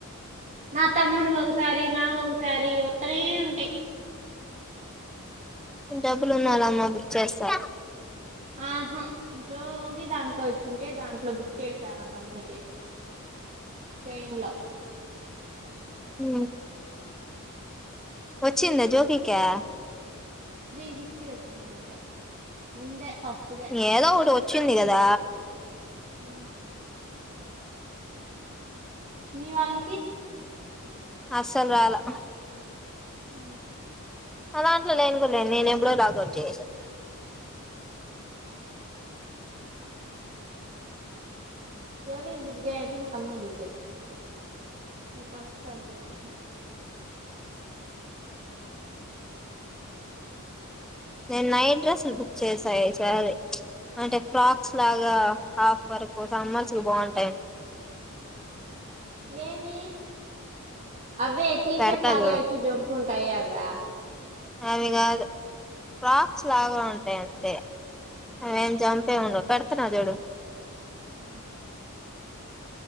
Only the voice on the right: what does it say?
నా తమ్మునివి ఒకసారి నావోకసారి ఒత్తనే ఉంటాయి.
ఆహా, జోగి దాంట్లో వచ్చింటే దాం ట్ల బుక్ చేశా, నా తమ్మునికి. చేయిన్ లో.
త్రీ ఫిఫ్టీ వచ్చింది అంతే. ముందే ఫస్ట్దే
ఆ మీ వాళ్ళకి
ఉ
యోగికి బుగ్ చేయండి నా తమ్మున్కి బుగ్ జెతే నువ్ కొనుకొండి వచ్చి
ఏది అవే టీషర్ట్లాగ
వచ్చి జంప్ ఉన్ టైఅవ్యా
ఆ